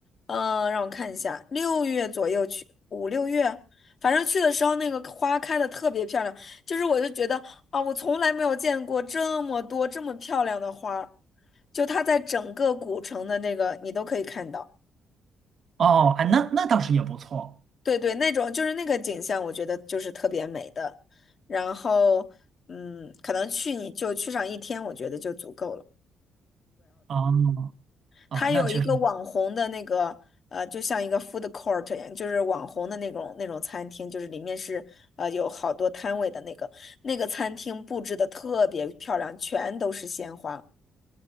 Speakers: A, on the left (about 40°); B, on the right (about 50°).
A: 呃，让我看一下，六月左右去，五六月，反正去的时候那个花开的特别漂亮，就是我就觉得啊，我从来没有见过这么多这么漂亮的花儿，就它在整个古城的那个你都可以看到，
B: 哦，哎，那那倒是也不错
A: 对对，那种就是那个景象，我觉得就是特别美的，然后嗯，可能去你就去上一天，我觉得就足够了。
B: 啊啊，
A: 它有一个网红的那个呃，
B: 那确实，
A: 就像一个 food court 一样，就是网红的那种那种餐厅，就是里面是呃有好多摊位的那个那个餐厅布置的特别漂亮，全都是鲜花。